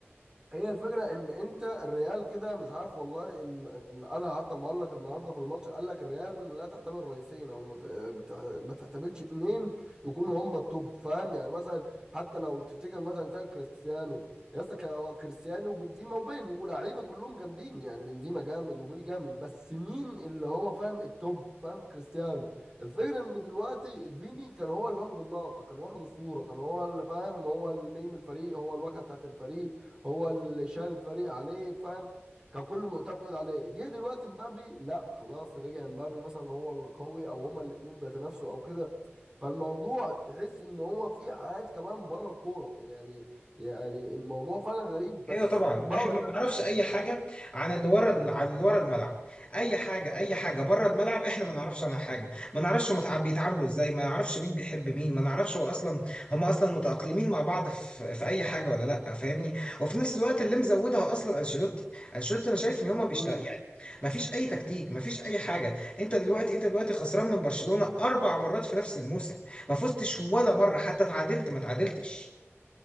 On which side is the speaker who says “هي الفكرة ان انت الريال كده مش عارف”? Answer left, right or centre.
Right